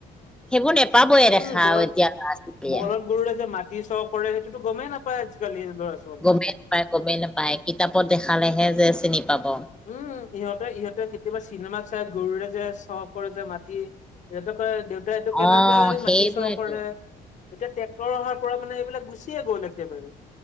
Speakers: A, in the centre; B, on the left (about 45°).
A: সেইবোৰ নেপাবয়ে
B: উম
A: দেখা
B: বলদ
A: এতিয়া ল'ৰা ছোৱালীয়ে
B: বলদ গৰুৰে যে মাটি চ কৰে সেইটোতো গমেই নাপায় আজিকালি ল'ৰা ছ-
A: গমেই নাপায় গমেই নাপায় কিতাপত দেখালেহে যে চিনি পাব।
B: উম ইহঁতে ইহঁতে কেতিয়াবা চিনেমা চাই গৰুৰে যে চহ কৰে যে মাটি সিহঁত কয় দেউতাই এইটো কেনেকৈ
A: অ সেইবোৰেতো
B: মাটি চহ কৰে। এতিয়া ট্ৰেক্টৰ অহাৰ পৰা মানে এইবিলাক গুচিয়ে গল একেবাৰে।